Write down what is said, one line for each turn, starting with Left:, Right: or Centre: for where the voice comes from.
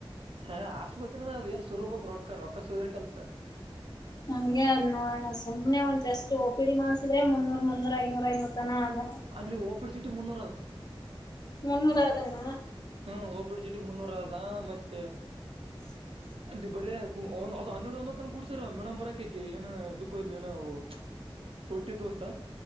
Right: ಹಾ ಆಸ್ಪತ್ರಿನ ಅದ್ ಏನ್ ಸುರಿಬಕು ರೊಕ್ಕ ರೊಕ್ಕ ಸುರುದ್ರೆ ಕೆಲ್ಸ.
Left: ಹಂಗೆ ಅದ್ ನೋಡಣ ಸುಮ್ನೆ ಒಂದ್ ಜಸ್ಟ್ ಓಪಿಡಿ ಮಾಡ್ಸ ಅಂದ್ರೆ ಮುನ್ನೂರ್ ಮುನ್ನೂರ್ ಐನೂರ್ ಐನೂರ್ ತನ ಅದ.
Right: ಅಲ್ಲಿ ಓಪಿಡ್ ಚೀಟಿ ಮುನ್ನೂರದ.
Left: ಮುನ್ನೂರ್ ಯಾವ್ದಣ್ಣ.
Right: ಹ್ಮ್ ಹೋಬಿಡ್ತಿದ್ದು ಮುನ್ನೂರದ ಮತ್ತೆ
Left: <inaudible>
Right: ಅಲ್ಲಿ ಬರೇ ಕೊ ಹೋನ್ ಅದ್ ಹನ್ನೆರ್ಡ್ ಒಂದತ್ತನ ಕೂಡ್ಸಿರದ್ ಮೇಡಮ್ ಬರೋಕಗೆ ಏನ ಇದುಕ್ ಹೋಗಿದ್ಲೇನ ಅವು ಕೊಟ್ಟಿದ್ದು ಅಂತ